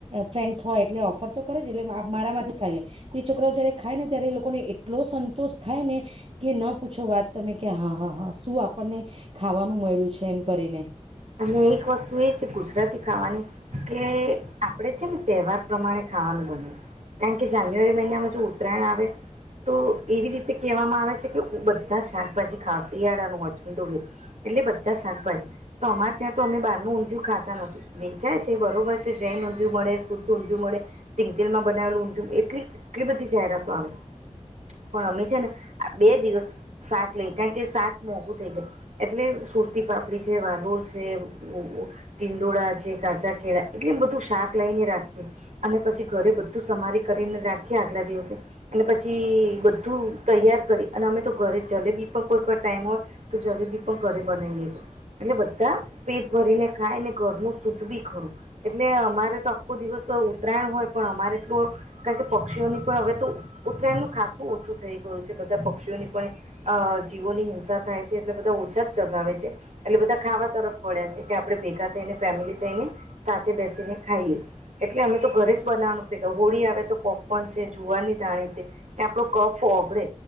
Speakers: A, on the right; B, on the right.
A: ફ્રેન્ડસ હોય એટલે ઓફર તો કરે જ એટલે મારા માંથી ખાઈ લેય એ છોકરાઓ જયારે ખાય ને ત્યારે એ લોકોને એટલો સંતોષ થાય ને કે ન પૂછો વાત તમે કે હા હા હા શું આપણને ખાવાનું મળ્યું છે, એમ કરીને
B: અને એક વસ્તુ એ છે ગુજરાતી ખાવાની કેએ આપણેે છે ને તહેવાર પ્રમાણે ખાવાનું બને છે. કારણ કે જાન્યુઆરી મહિનામાં જો ઉત્તરાયણ આવે તો એવી રીતે કહેવામાં આવે છે, કે બધા શાકભાજી ખાંસ શિયાળાનું હોથ થન્ડુ હોય એટલે બધા શાકભાજી તો અમારે ત્યાં તો અમે બારનું ઊંધયુ ખાતા નથી. વેચાય છે. બરોબર છે. જૈન ઊંધયુ મળે, શુદકુ ઊંધ્યુ મળે, સિંગતેલ માં બનાવેલું ઊંધિયુ એટલી કેટલી બધી જાહેરાતો આવે, પણ અમે છે ને આ બે દિવસ શાક લઈ કારણ કે શાક મોઘું થઈ જાય, એટલે સુરતી પાપડી છે, વાલ <unintelligible> તિંડોળા છે, કાચા કેળા એટલે એમ બધું શાક લઈને રાખીએ. અને પછી ઘરે બધું સમારી કરીને રાખીએ આગલા દિવસે અને પછી બધું તૈયાર કરી અને અમે તો ઘરે જલેબી પણ કોઈ કોર ટાઈમ હોય તો જલેબી પણ ઘરે બનાવીએેછીએ. એટલે બધા પેટ ભરીને ખાય ને ઘરનું શૂદ્ધ બી ખરું. એટલે અમારે તો આખો દિવસ ઉત્તરાયણ હોય પણ અમારે એટલું કારણ કે પક્ષીઓની પણ હવે તો ઉત્તરાયણનું ખાાસું ઓછું થઈ ગયું છે. બધા પક્ષીઓની પણ અ જીવોની હિંસા થાય છે, એટલે બધા ઓછા જ ચગાવે છે. એટલે બધા ખાવા તરફ વળ્યા છે, કે આપડે ભેગા થઈને ફેમિલી થઈને સાથે બેસીને ખાઈએ. એટલે અમે તો ઘરે જ બનાવાનું પ્રે <unintelligible> હોળી આવે તો પોપકોર્ન છે, જુવારની ધાણી છે. કે આપણો કફ ઓગડે.